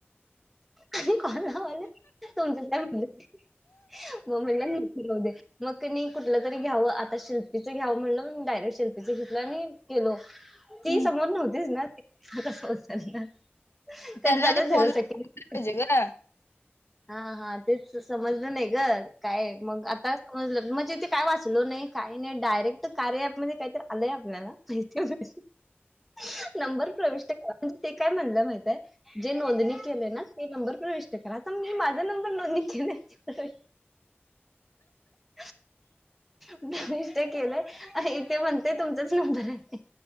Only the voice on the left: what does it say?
हम्म
त्यांना
आधी फोन
पाहिजे ग